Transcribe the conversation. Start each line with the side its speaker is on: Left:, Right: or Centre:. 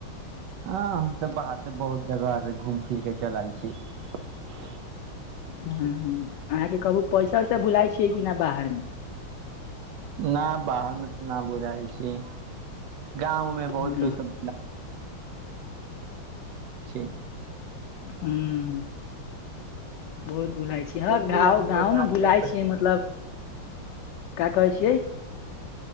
Right: हँ हम तऽ बाहर सँ बहुत जगह से घूम फिर कऽ चल आयल छि <inaudible>
Left: <inaudible> अहाँकेँ कबौ पैसा वैसा भुलाइ छियै कि नहि बाहर मे
Right: ना बाहर मे तऽ ना भुलैल छी <inaudible> गांव में बहुत
Left: हूँ
Right: पैसा <unintelligible>
Left: <unintelligible> बहुत भुलाइ छी हँ
Right: चलियै
Left: गाँव
Right: हम
Left: गाँव
Right: से बात
Left: मऽ भुलाइ
Right: कर कर
Left: छियै मतलब का कहै छियै